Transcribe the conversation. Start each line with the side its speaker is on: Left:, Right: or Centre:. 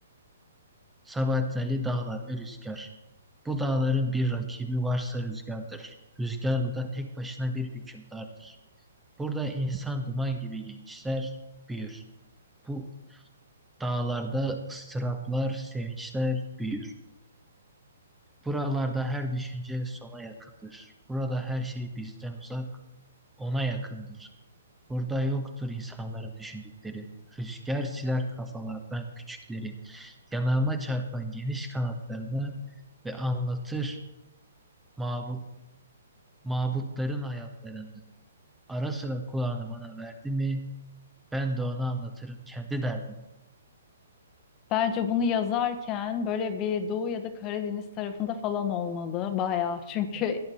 Centre: Sabahattin Ali Dağlar ve Rüzgar. Bu dağların bir rakibi varsa rüzgardır. Rüzgar burada tek başına bir hükümdardır. Burada insan duman gibi genişler, büyür. Bu dağlarda ıstıraplar, sevinçler büyür. Buralarda her düşünce sona yakındır. Burada her şey bizden uzak, ona yakındır. Burada yoktur insanların düşündükleri. Rüzgar siler kafalardan küçükleri. Yanağıma çarpan geniş kanatlarını ve anlatır mabut, mabutların hayatlarını. Ara sıra kulağını bana verdi mi, ben de ona anlatırım kendi derdimi.
Left: Bence bunu yazarken böyle bir Doğu ya da Karadeniz tarafında falan olmalı. Bayağı çünkü
Centre: Evet,